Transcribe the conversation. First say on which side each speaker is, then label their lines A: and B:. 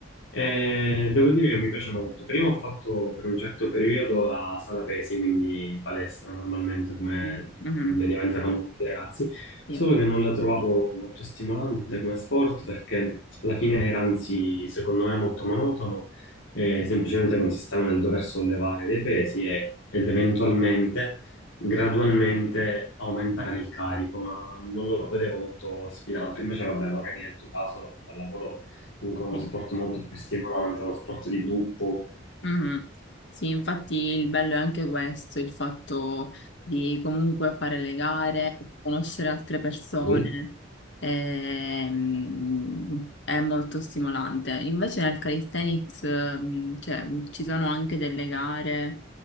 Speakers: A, on the left; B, on the left.
A: e devo dire che mi piace molto. Prima ho fatto per un certo periodo la sala pesi, quindi palestra normalmente come
B: Mm, mhm,
A: mediamente fanno tutti i ragazzi,
B: sì,
A: solo che non la trovavo molto stimolante come sport perché alla fine era anzi secondo me molto monotono, eh, semplicemente consisteva nel dover sollevare dei pesi e- ed eventualmente gradualmente aumentare il carico, ma non lo vedevo molto sfidante. Invece, vabbè, magari nel tuo caso la pallavolo comunque è uno
B: sì.
A: sport molto più stimolante, uno sport di gruppo.
B: Mhm. Sì, infatti il bello è anche questo, il fatto di comunque fare le gare, conoscere altre persone,
A: <clears throat>
B: ehm, è molto stimolante. Invece nel calisthenics, ehm, cioè, ci sono anche delle gare.